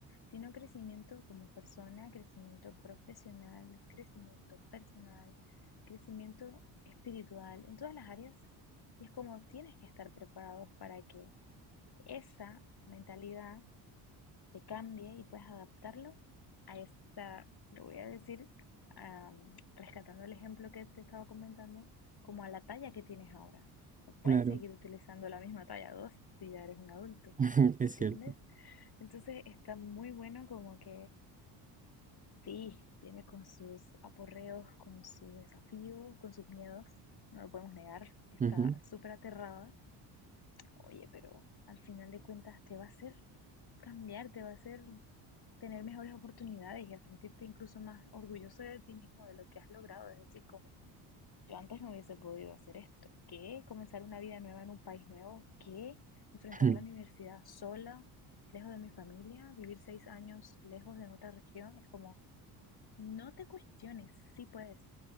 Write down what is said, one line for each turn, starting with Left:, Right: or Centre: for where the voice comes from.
Left: sino crecimiento como persona, crecimiento profesional, crecimiento personal, crecimiento espiritual, en todas las áreas. Y es como tienes que estar preparados para que esa mentalidad se cambie y puedas adaptarlo a esa, lo voy a decir, am, rescatando el ejemplo que te estaba comentando, como a la talla que tienes ahora. No puedes
Right: Claro,
Left: seguir utilizando la misma talla 2 si ya eres un adulto,
Right: <laughs> es
Left: ¿entiendes?
Right: cierto.
Left: Entonces está muy bueno como que sí, viene con sus aporreos, con sus desafíos, con sus miedos, no lo podemos negar, está
Right: Ujú.
Left: súper aterrada. Oye, pero al final de cuentas te va a hacer cambiar, te va a hacer tener mejores oportunidades y a sentirte incluso más orgulloso de ti mismo, de lo que has logrado. Es decir, como yo antes no hubiese podido hacer esto. ¿Qué? Comenzar una vida nueva en un país nuevo. ¿Qué? Enfrentar
Right: <laughs>
Left: la universidad sola, lejos de mi familia, vivir seis años lejos de otra región. Es como, no te cuestiones, sí puedes.